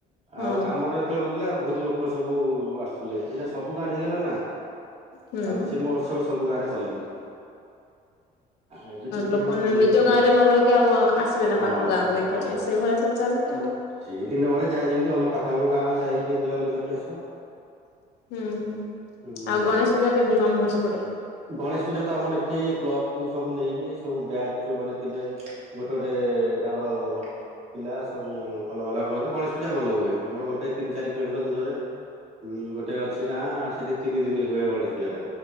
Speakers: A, on the left; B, on the right.
A: ହଁ
B: ଆଉ ଆମର ଯେତେବେଳେ ହଉଥିଲା ବହୁତ ଲୋକ ସବୁ ଆସୁଥିଲେ ଏଇଟା ସବୁ ଗାଁରେ ହେଇଗଲାଣି ନା
A: ହୁଁ
B: ଆଉ ସେ ମହୋତ୍ସବ ସବୁ ଗାଁରେ କଲେଣି ଆଉ ଏବେ ଟିକେ
A: ଲୋକମାନେ
B: ଟିକେ କମି
A: ନିଜ
B: ଯାଇଛି ଆଉ
A: ଗାଁ ରେ ନ ରହିକି ଆଉ ଆସିବେ ନା
B: ହଁ
A: ପାଖ ଗାଁକୁ
B: ହଁ
A: ଦେଖିବା
B: ହଁ
A: ପାଇଁ ସେଇଭଳିଆ ସବୁ ଚାଲିଛି ଆଉ
B: ସେଇ ଦିନ ବେଳେ ଯାହା ଯେମିତି ଗଲ ପାଖାପାଖ ଗାଁ ଯାଇକି ଟିକେ ବୁଲାବୁଲି କରିକି ଆସ
A: ହୁଁ
B: ହୁଁ ବୁଲାବୁଲି
A: ଆଉ ଗଣେଶ ପୂଜା କେମିତି କଣ ହୁଏ ସେପଟେ?
B: ଗଣେଶ ପୂଜା ତ ଆମର ଏଠି କ୍ଲବ ସୁ ସବୁ ନେଇକି ସବୁ ବ୍ୟାଜ ଯୋଉ ମାନେ ଥିବେ ଗୋଟେ ଗୋଟେ ତାଙ୍କର ପିଲା ସବୁ ଅଲଗା ଅଲଗା କରନ୍ତି ଗଣେଶ ପୂଜା ଭଲ ହୁଏ ଆମର ଗୋଟେ ତିନି ଚାରି କିଲୋମିଟର ଦୂରରେ ହୁଁ ଗୋଟେ ଅଛି ଗାଁ ସେଠି ତିନି ଦିନ ହୁଏ ଗଣେଶ ପୂଜା ଟା।